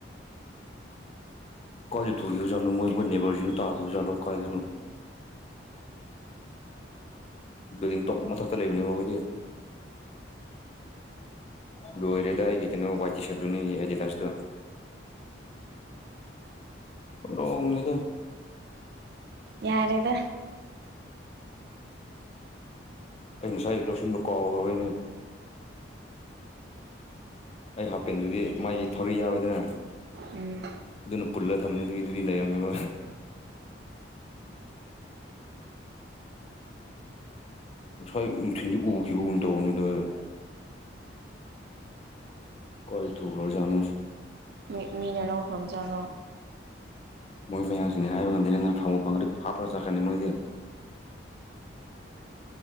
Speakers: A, on the left (about 30°); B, on the right (about 55°).
A: ꯀꯥꯏꯗ <unintelligible> ꯈꯤꯕꯖꯥꯠꯅꯣ ꯑꯈꯣꯏ ꯅꯦꯕ꯭ꯔꯁꯤꯡꯗ ꯇꯥꯕ ꯖꯥꯠꯂꯣ ꯀꯥꯏꯗꯅꯣ ꯕꯤꯜꯗꯤꯡ ꯇꯣꯞ ꯃꯊꯛꯇ ꯂꯩꯕꯅꯦꯕ ꯑꯈꯣꯏꯗꯤ ꯂꯣꯏꯔꯦꯗ ꯑꯩꯒꯤ ꯀꯩꯅꯣ ꯋꯥꯏꯠ ꯇꯤꯁꯥꯔꯠ ꯇꯨꯅꯤ ꯌꯥꯗꯤꯗꯥꯁꯇꯨ ꯍꯣꯔꯣꯡꯅꯤꯗ
B: ꯌꯥꯔꯦꯗ
A: ꯑꯩ ꯉꯁꯥꯏ ꯂꯧꯁꯤꯟꯕ ꯀꯥꯎꯒ꯭ꯔꯕꯩꯅꯦ ꯑꯩ ꯍꯥꯄꯦꯟꯗꯨꯗꯤ ꯃꯥꯒꯤ ꯊꯧꯔꯤ ꯌꯥꯎꯋꯦꯗꯅ
B: ꯎꯝ
A: ꯑꯗꯨꯅ ꯄꯨꯜꯂ ꯊꯝꯃꯤ ꯑꯗꯨꯒꯤ ꯑꯗꯨꯗꯤ ꯂꯩꯔꯝꯃꯦꯕ ꯉꯁꯥꯏ ꯅꯨꯡꯊꯤꯜꯗꯤ ꯎꯒꯤꯕꯒꯨꯝ ꯇꯧꯕꯅꯦꯗꯥꯏ ꯀꯥꯏ ꯊꯨꯈ꯭ꯔꯕ ꯖꯥꯠꯅꯣ
B: ꯃꯤ ꯃꯤꯅ ꯂꯧꯈ꯭ꯔꯕ ꯖꯥꯠꯂꯣ
A: ꯃꯣꯏ ꯃꯌꯥꯡꯁꯤꯗꯤ ꯍꯥꯏꯕ ꯉꯝꯗꯅꯦ ꯅ ꯐꯪꯕꯨ ꯐꯪꯉꯗꯤ ꯍꯥꯞꯄ ꯆꯠꯈꯔꯅꯤ ꯃꯣꯏꯗꯤ <inaudible>